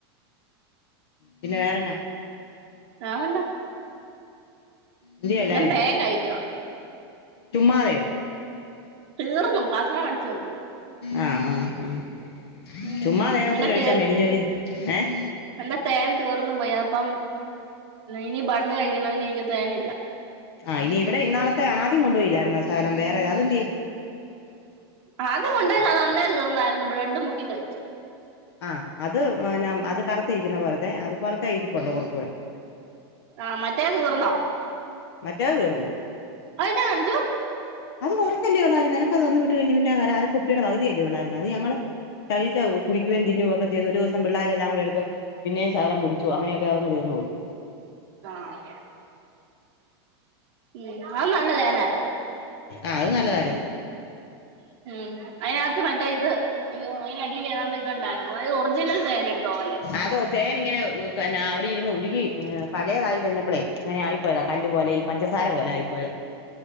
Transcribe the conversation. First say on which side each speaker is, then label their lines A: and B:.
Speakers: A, on the left; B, on the right.
A: പിന്നെ വേറെന്നാ
B: വേറെന്നാ
A: എന്തെയ്ല്ലാരും
B: ഞാൻ തേൻ കഴിക്കും
A: ചുമ്മാതയോ
B: തീർന്നു പാത്ര വടിച്ചോണ്ട്
A: ആഹ് ആഹ് ആഹ്
B: ഉം
A: ചുമ്മാ തേനൊത്തിരി
B: എന്റെ
A: കഴിച്ചാ
B: തേ
A: മെലിഞ്ഞ് മെരിഞ്ഞ് ഏഹ്
B: എന്റെ തേൻ തീർന്നു പോയി അപ്പം ഇനി ബണ്ണ് കഴിക്കണങ്കിൽ എനി തേനില്ല
A: ആഹ് ഇനി ഇവിടെ ഇന്നാളത്തെ ആദ്യകൊണ്ടുയില്ലായിര്ന്നോ ശകലം വറെത് അതന്ത്യേ
B: ആദ്യംകൊണ്ടയത് അന്നേ തീർന്നായിരുന്നു ബ്രെഡ് മുക്കി കഴിച്ചു
A: ആഹ് അത് ന്നാ അത് കറത്തിരിക്കുന്ന പോലത്തെ അതപോലത്തെ ഇരിപ്പുണ്ട് കൊറച്ചൂടെ
B: ആഹ് മറ്റേതീർന്നോ
A: മറ്റെതീർന്നു
B: അയ്ന്നാഞ്ചു
A: അത് കൊറച്ചല്ലേള്ളായിരുന്നു നിനക്ക്ത് തന്നവിട്ട് കയിഞ്ഞ പിന്നെ ഒരആര കുപ്പിയുടെ പകുതിയല്ലേ ഉള്ളായിരുന്നു അത് ഞങ്ങള് കഴ്ച്ച കുടിക്കേയും തിന്നോയൊക്കെ ചെയ്തു ഒരിസം പിള്ളേരെ എല്ലാം കൂടെടുത്ത് പിന്നെയും ശകലം കുടിച്ചു അങ്ങനെയൊക്കെതങ്ങ് തീർന്നപോയ്
B: ആഹ് ഉം അഹ് നല്ലതേനായിരുന്നു
A: ആ അഹ് നല്ലതാര്ന്ന്
B: ഉം അയിനാത്ത് മറ്റേ ഇത് അയ്യോ അയിനടിയില് നല്ലഇതുണ്ടായിരു അത് ഒറിജിനൽ തേനെടുത്ത പൊലെ
A: അതോ ചേനിങ്ങന ഓ ന്നാ അവിടെ ഇരുന്ന് ഉരുകി പഴയതായി കഴിഞ്ഞപ്പളെ അങ്ങനെ ആയി പോയതാ കല്ലു പോലെ ഈ പഞ്ചസാര പോലെ ആയിപ്പോയതാ